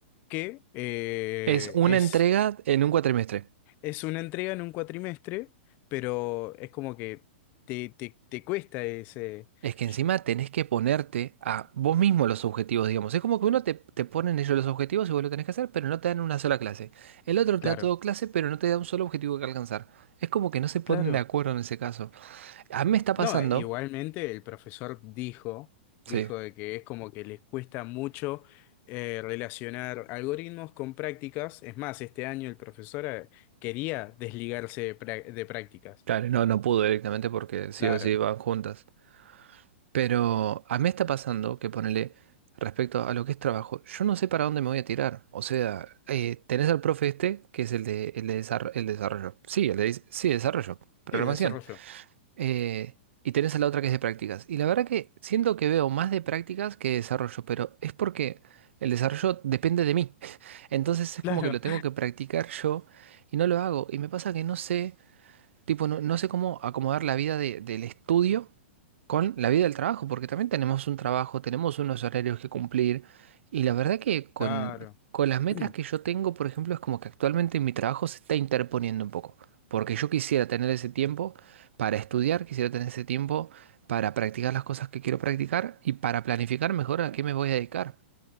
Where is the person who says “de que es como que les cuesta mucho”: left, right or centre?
Left